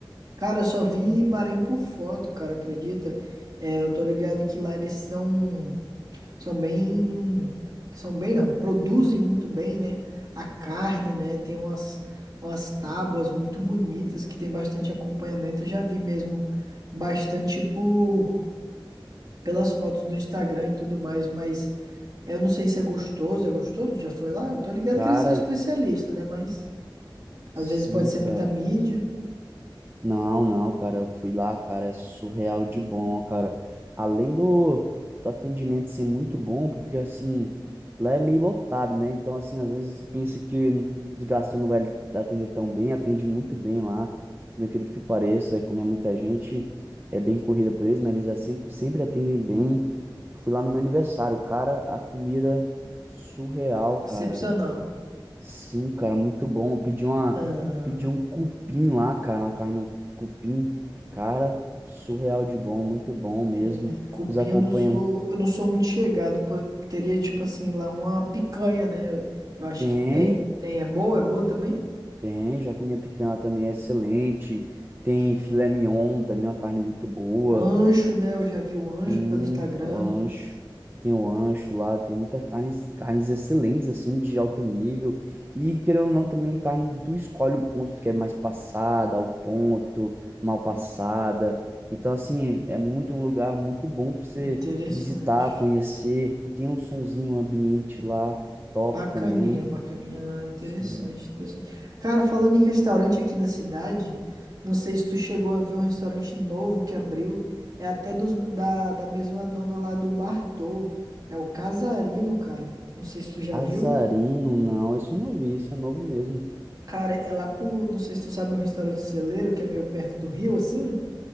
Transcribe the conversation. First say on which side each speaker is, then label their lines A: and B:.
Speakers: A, on the right; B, on the right.
A: Cara, eu só vi Bahrein por foto, cara, acredita? É, eu tô ligado que lá eles são, são bem, são bem não, produzem muito bem, né? A carne, né? Tem umas, umas tábuas muito bonitas que tem bastante acompanhamento. Eu já vi mesmo bastante por pelas fotos do Instagram e tudo mais, mas É, Eu não sei se é gostoso, é gostoso? Já foi lá? Eu tô ligado
B: Cara,
A: que eles são especialistas, né? Mas
B: sim,
A: às vezes pode ser
B: cara.
A: muita mídia.
B: Não, não, cara, eu fui lá, cara, é surreal de bom, cara. Além do, do atendimento ser muito bom, porque assim, lá é meio lotado, né? Então, assim, às vezes pensa que os gastos não vai atender tão bem, atende muito bem lá, por incrível que pareça, é como é muita gente, é bem corrida por eles, mas eles é sempre, sempre atendem bem. Fui lá no meu aniversário, cara, a comida surreal,
A: Excepcional.
B: cara. Sim, cara, muito bom. Eu Pedi uma,
A: Ah,
B: pedi um cupim lá, cara, uma carne um cupim. Cara, surreal de bom, muito bom mesmo.
A: É, cupim
B: Os acompanham.
A: eu não sou, eu não sou muito chegado. pô. Teria tipo assim lá uma picanha, né? Eu, eu acho
B: Tem,
A: que tem. Tem, é boa, é boa também?
B: tem, já comi a picanha lá também, é excelente. Tem filé mignon também, uma carne muito boa.
A: O ancho, né? Eu já vi o ancho
B: Sim,
A: pelo Instagram.
B: o ancho. Tem o ancho lá, tem muitas carnes, carnes excelentes, assim, de alto nível. E, querendo ou não, também carne, tu escolhe o ponto que é mais passada, ao ponto, mal passada. Então, assim, é muito um lugar muito bom para você
A: Interessante.
B: visitar, conhecer. Tem um sonzinho, um ambiente lá, top
A: Bacaninha,
B: também.
A: bacaninha. Ah, interessante,
B: Sim.
A: interessante. Cara, falando em restaurante aqui da cidade, não sei se tu chegou a ver um restaurante novo que abriu. É até dos, da, da mesma dona lá do Bartô. É o Casarino, cara. Não sei se tu já
B: Azarino,
A: viu.
B: não, esse eu não vi, esse é novo mesmo.
A: Cara, é lá pro. Não sei se tu sabe o restaurante Celeiro, que é meio perto do rio, assim.